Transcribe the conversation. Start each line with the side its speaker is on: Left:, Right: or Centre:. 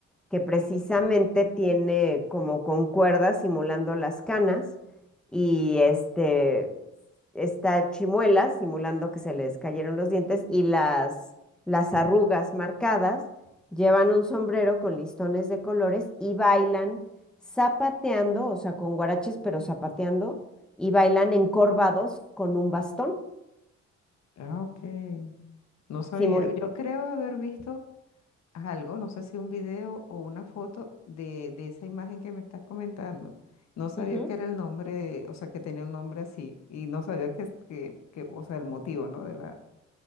Centre: que precisamente tiene como con cuerdas simulando las canas y este está Chimuela simulando que se les cayeron los dientes y las las arrugas marcadas, llevan un sombrero con listones de colores y bailan zapateando, o sea, con guaraches, pero zapateando, y bailan encorvados con un bastón.
Left: ah, ok. No sabía.
Centre: simul-
Left: Yo creo haber visto algo, no sé si un video o una foto de, de esa imagen que me estás comentando. No sabía
Centre: Ujú.
Left: que era el nombre, de- o sea, que tenía un nombre así. Y no sabía que, que, que, o sea, el motivo, ¿no? De la,